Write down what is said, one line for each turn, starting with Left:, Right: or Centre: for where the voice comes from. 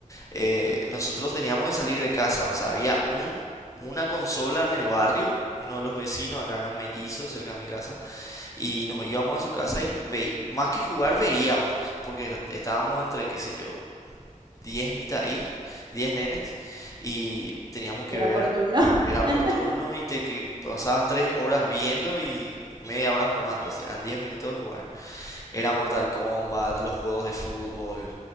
Left: eh, nosotros teníamos que salir de casa. O sea, había un, una consola en el barrio. Uno de los vecinos, acá eran mellizos cerca de mi casa Y nos íbamos a su casa y veí más que jugar veíamos, porque era- estábamos entre, qué sé yo, 10 mitad ahí, 10 nenes, y teníamos que
Right: Y era
Left: ver,
Right: por turno. <laughs>
Left: era por turno y te que pasabas 3 horas viendo y media hora jugando, o sea, eran 10 minutos de jugar. Era Mortal Kombat, los juegos de fútbol.